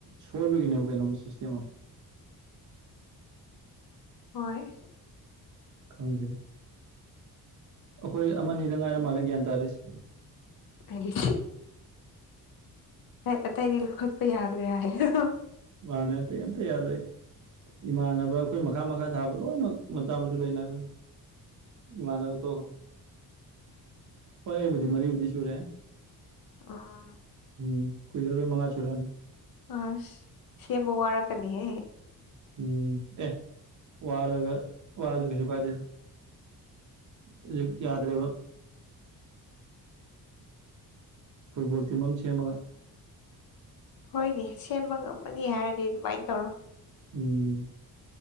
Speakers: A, on the right (about 50°); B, on the left (about 65°).
A: ꯁꯣꯏꯕꯒꯤꯅꯦꯕ ꯀꯩꯅꯣꯝꯃ ꯁꯤꯁꯇꯦꯝ ꯑꯃ
B: ꯍꯣꯏ
A: ꯈꯪꯗꯦꯗ ꯑꯩꯈꯣꯏ ꯑꯃꯅꯤꯗ ꯉꯥꯏꯔ ꯃꯥꯜꯂꯦ ꯒ꯭ꯌꯥꯟ ꯇꯥꯔꯤꯁꯦ
B: ꯑꯩ ꯑꯩ ꯑꯇꯩꯗꯤ ꯂꯧꯈꯠꯄ ꯌꯥꯗ꯭ꯔꯦ ꯍꯥꯏꯔꯣ
A: ꯃꯥꯅꯦ ꯑꯇꯩ ꯑꯝꯇ ꯌꯥꯗ꯭ꯔꯦ ꯏꯃꯥꯟꯅꯕ ꯑꯩꯈꯣꯏ ꯃꯈꯥ ꯃꯈꯥ ꯊꯥꯕ ꯂꯣꯏꯅꯃꯛ ꯃꯆꯥ ꯃꯁꯨ ꯂꯩꯅꯈ꯭ꯔꯦ ꯏꯃꯥꯟꯅꯕ ꯇꯣꯛꯈ꯭ꯔꯣ ꯍꯣꯏ ꯑꯩꯕꯨꯗꯤ ꯃꯔꯤꯕꯨꯗꯤ ꯁꯨꯔꯦ
B: ꯑꯥ
A: ꯎꯝ ꯀꯨꯏꯔꯛꯑꯔꯣꯏ ꯃꯉꯥ ꯁꯨꯨꯔꯛꯑꯅꯤ
B: ꯑꯁ ꯁꯦꯝꯕ ꯋꯥꯔꯛꯀꯅꯤꯍꯦ
A: ꯎꯝ ꯑꯦ ꯋꯥꯔꯒ ꯋꯥꯔꯁꯨ ꯀꯩꯁꯨ ꯀꯥꯏꯗꯦꯗ ꯍꯧꯖꯤꯛ ꯌꯥꯗ꯭ꯔꯦꯕ ꯐꯨꯠꯕꯣꯜ ꯇꯤꯝ ꯑꯃ ꯁꯦꯝꯃꯒ
B: ꯍꯣꯏꯅꯦ ꯁꯦꯝꯕ ꯉꯝꯃꯅꯤ ꯍꯥꯏꯔꯗꯤ ꯑꯗꯨꯃꯥꯏꯅ ꯇꯧꯔꯣ
A: ꯎꯝ